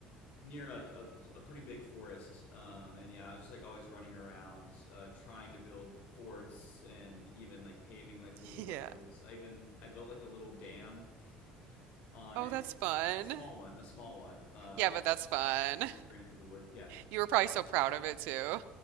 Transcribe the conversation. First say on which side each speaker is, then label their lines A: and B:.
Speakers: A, on the left; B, on the right.
A: near like a, a pretty big forest um, and yeah i was just like always running around uh, trying to build forts and even like paving like little
B: Yeah.
A: roads i even i built like a little dam <laughs> on
B: Oh,
A: a,
B: that's fun.
A: a small one a small one uh,
B: Yeah,
A: on
B: but that's
A: the
B: fun.
A: creek ran through the woods yeah
B: You were probably so proud of it too.